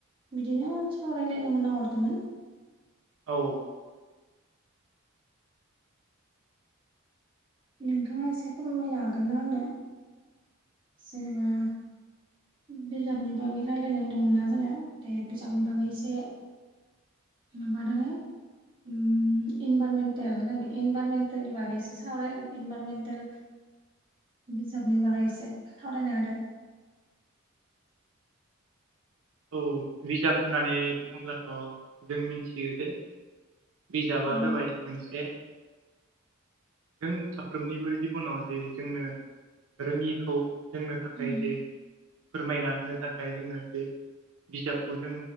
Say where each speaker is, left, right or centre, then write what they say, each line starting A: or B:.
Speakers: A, on the right; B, on the right.
A: बिदिनो सावरायलायनो होन्ना हरदोंमोन।
B: औ औ।
A: नोंथाङा एसे फोरमायनो हागोन ना आंनो जेनेबा बिजाबनि बागै रायलायनो होन्दोंमोनना जोङो दे बिजाबनि बागै एसे माबादानै ओम‌ इभारमेन्टेल इनभाइरमेन्टेलनि बागै एसे सावराय इनभाइरमेन्टेल बिजाबनि बागै एसे सावरायनो हादो।
B: औ रिजार्भ होननानै बुङोब्लाथ' जों मिथियो जे बिजाबा
A: औ
B: जाबाय मोनसे जों साफ्रोमनिबो जिबनाव जे जोंनो रोंङिखौ जोंनो थाखाय
A: उम
B: जे फोरमायना होनो थाखाय जोंनो बे बिजाबखौ जों